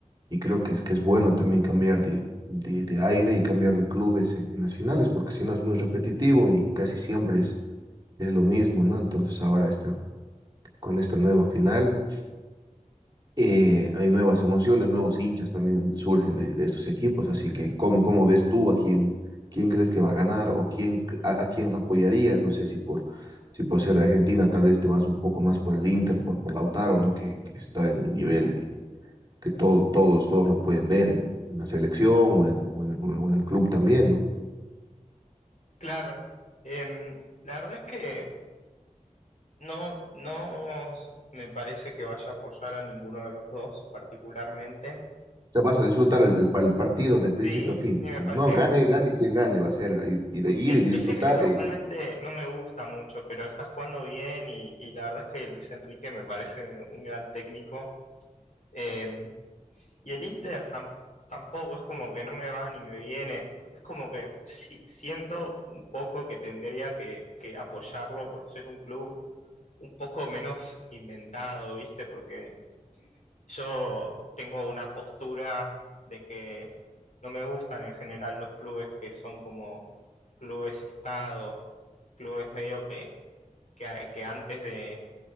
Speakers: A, on the right; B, on the left.
A: y creo que es, que es bueno también cambiar de, de, de aire y cambiar de clubes en, en las finales porque si no es muy repetitivo y casi siempre es, es lo mismo, ¿no? Entonces ahora está con esta nueva final. Eh, hay nuevas emociones, nuevos hinchas también surgen de, de estos equipos, así que ¿cómo, cómo ves tú a quién, quién crees que va a ganar o quién, a, a quién apoyarías? No sé si por, si por ser de Argentina tal vez te vas un poco más por el Inter, por, por Lautaro, ¿no? Que, que está en un nivel eh, que todo, todos, todos lo pueden ver en, en la selección o en, o en- o en el club también, ¿no?
B: Claro, em, la verdad es que no, no me parece que vaya a apoyar a ninguno de los dos particularmente.
A: O sea, vas a disfrutar el, el pa- el partido de principio
B: Sí,
A: a fin,
B: sí,
A: digamos,
B: me parece
A: ¿no? Gane,
B: que sí.
A: gane quien gane, va a ser ir, ir
B: el
A: y disfrutar
B: PSG normalmente
A: eh,
B: no me gusta mucho, pero está jugando bien y, y la verdad es que Luis Enrique me parece un gran técnico. Em, Y el Inter tam- tampoco es como que no me va ni me viene. Es como que si- siento un poco que tendría que, que apoyarlo por ser un club un poco menos inventado, ¿viste? Porque yo tengo una postura de que no me gustan en general los clubes que son como clubes estado, clubes medio que, que, que antes de,